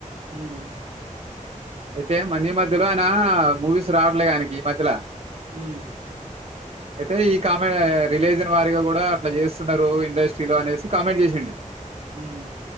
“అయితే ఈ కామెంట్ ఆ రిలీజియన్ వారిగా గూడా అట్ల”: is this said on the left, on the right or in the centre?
Right